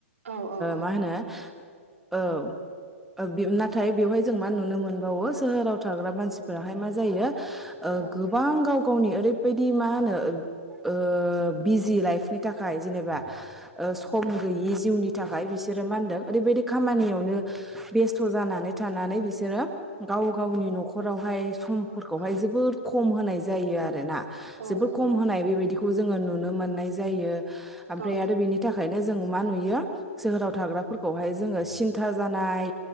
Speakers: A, on the right; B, in the centre.
A: औ औ औ
B: मा होनो औ नाथाय बेवहाय जों मा नुनो मोनबावो सोहोराव थाग्रा मानसिफोराहाय मा जायो ओ
A: औ
B: गोबां गाव गावनि ओरैबायदि मा होनो ओ बिजि लाइफनि थाखाय जेनेबा ओ सम गैयि जिउनि थाखाय बिसोरो मा होनदों ओरैबायदि खामानियावनो बेस्थ' जानानै थानानै बिसोरो गाव गावनि न'खरावहाय सम फोरखौहाय
A: औ
B: जोबोर खम होनाय जायो आरोना
A: औ
B: जोबोर
A: नंगौ
B: खम
A: नंगौ
B: होनाय बेबायदिखौ जोङो नुनो मोननाय जायो ओमफ्राय
A: औ
B: आरो बिनि खायनो जों मा नुयो सोहोराव थाग्राफोरखौहाय जोङो सिन्था जानाय